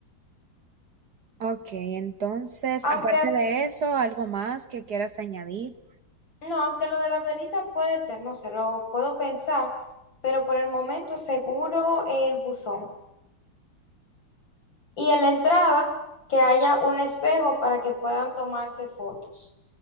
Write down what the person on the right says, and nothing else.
Ok, entonces,
aparte de eso, ¿algo más que quieras añadir?